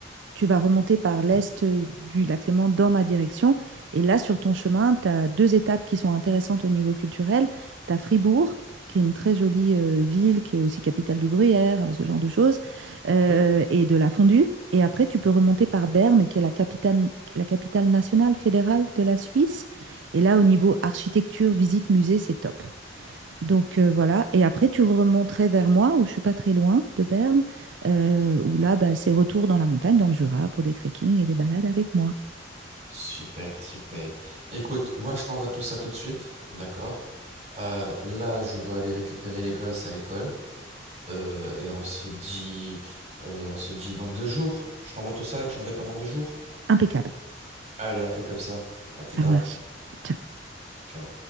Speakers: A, on the right; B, on the right.
A: tu vas remonter par l'est euh, du lac Léman dans ma direction. Et là, sur ton chemin, tu as deux étapes qui sont intéressantes au niveau culturel. Tu as Fribourg, qui est une très jolie euh, ville, qui est aussi capitale du Gruyère, euh, ce genre de choses, euh,
B: ok.
A: et de la fondue. Et après, tu peux remonter
B: Mhm.
A: par Berne, qui est la capitale, la capitale nationale fédérale de la Suisse. Et là, au niveau architecture, visite, musée, c'est top. Donc euh, voilà, et après tu remonterais vers moi, où je suis pas très loin de Berne, euh, où là bah, c'est retour dans la montagne, dans le Jura, pour des trekking et des balades avec moi.
B: Super, super. Écoute, moi je t'envoie tout ça tout de suite, d'accord? Euh, là, je dois aller récupérer les gosses à l'école euh, et on se dit, euh, on se dit dans deux jours. Je t'envoie tout ça et tu me réponds dans deux jours.
A: Impeccable,
B: Allez, on fait comme ça. À plus
A: ça
B: tard.
A: marche. Ciao.
B: Ciao.